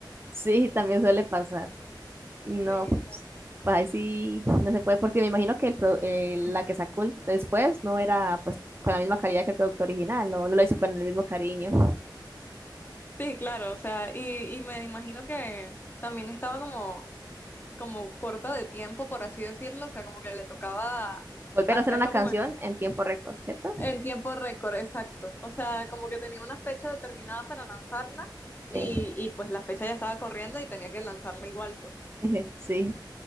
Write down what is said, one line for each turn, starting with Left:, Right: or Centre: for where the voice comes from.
Right: Sí, también suele pasar. No,
Left: Sí,
Right: pues,
Left: no.
Right: pues ahí sí no se puede, porque me imagino que el pro- eh, la que sacó el- después no era pues con la misma calidad que el producto original, no, no lo hizo con el mismo cariño.
Left: Sí, claro, o sea, y, y me imagino que también estaba como como corta de tiempo, por así decirlo, o sea, como que le tocaba
Right: Volver
Left: hacerlo
Right: a hacer una canción
Left: como en,
Right: en tiempo récord, ¿cierto?
Left: en tiempo récord, exacto. O sea, como que tenía una fecha determinada para lanzarla y,
Right: Sí.
Left: y pues la fecha ya estaba corriendo y tenía que lanzarla igual, pues.
Right: <laughs> Sí.